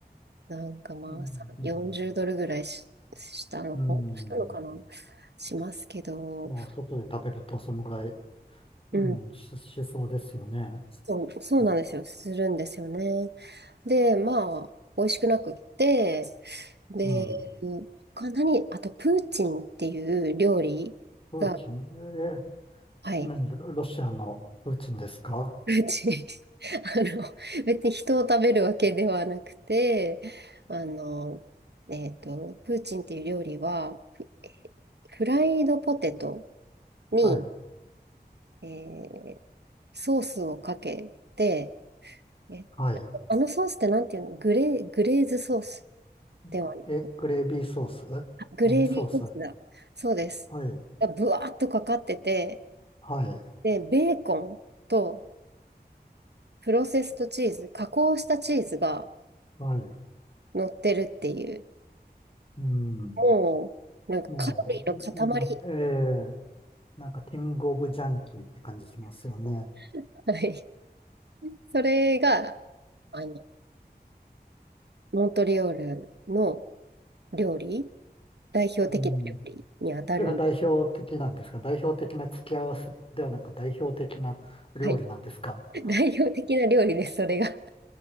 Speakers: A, on the right; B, on the left.
A: なんかまあ、
B: うん。
A: さ40ドルぐらいし、したの、
B: うん
A: したのかな、しますけど、
B: まあ、外で食べるとそのぐらい、うん、
A: うん
B: し、しそうですよね。
A: そう、そうなんですよ。
B: うん、
A: するんですよね。で、まあ、美味しくなくって、で、
B: うん。
A: 他何、あと、プーチンっていう料理が、
B: プーチン、え、
A: はい、
B: 何、ロロシアのプーチンですか
A: プーチン。<laughs> あの、別に人を食べるわけではなくて、あの、えっと、プーチンっていう料理は、フフライドポテトに、
B: はい、
A: えーソースをかけて、えっとあのソースってなんていうのグレー、
B: はい。
A: グレーズソースではない。
B: か。え、グレービーソース
A: グレービーソースだ。
B: 何ソースは
A: そうです。
B: い、
A: がぶわーっとかかってて、
B: はい、
A: で、ベーコンとプロセストチーズ、加工したチーズが
B: はい。
A: 乗ってるっていう、
B: うん。
A: もう、なんかカロリーの塊。
B: もう、な、ええなんかキングオブジャンキーって感じしますよね。
A: <laughs> はい。それが、あの、モントリオールの料理、代表的な料理にあたるん。
B: うん。それが代表的なんですか代表的な付き合わせではなく代表的な料理なんですか
A: はい。<laughs> 代表的な料理です、それが。